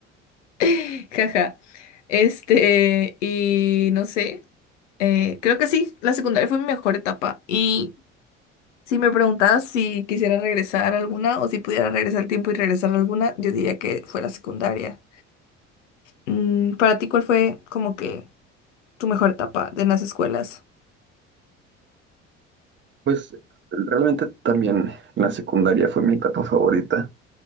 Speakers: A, on the left; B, on the right.
A: <laughs> Jaja. Este, y no sé. eh, creo que sí, la secundaria fue mi mejor etapa. Y si me preguntas si quisiera regresar a alguna o si pudiera regresar el tiempo y regresar a alguna, yo diría que fue la secundaria. Mm, para ti, ¿cuál fue como que tu mejor etapa de las escuelas?
B: Pues realmente también la secundaria fue mi etapa favorita.